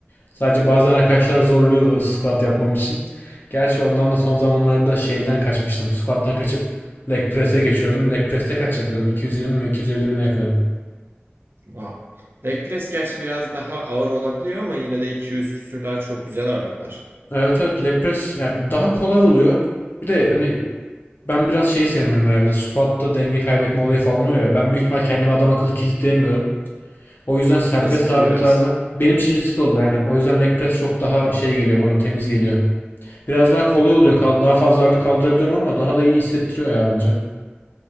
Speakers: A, on the left (about 55°); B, on the right (about 60°).
A: Sadece bazen arkadaşlar zorluyordu squat yapmam için. Gerçi ondan da son zamanlarda şeyden kaçmıştım. Squat'tan kaçıp leg press'e geçiyordum. Leg press'te kaç yapıyordum? 220 mi 250 mi ne yapıyordum?
B: Wow. Leg press gerçi biraz daha ağır olabiliyor ama yine de 200 küsürler çok güzel ağırlıklar.
A: Evet evet leg press yani daha kolay oluyor. Bir de hani ben biraz şeyi sevmiyorum herhalde. Squat'ta denge kaybetme olayı falan oluyor ya. Ben büyük ihtimal kendimi adam akıllı kilitleyemiyorum. O yüzden serbest
B: Riskli
A: ağırlıklarda
B: biraz.
A: benim için riskli oluyor. Yani o yüzden leg press çok daha şey geliyor bana temiz geliyor. Biraz daha kolay oluyor. Kal daha fazla ağırlık kaldırabiliyorum ama daha da iyi hissettiriyor ya bence.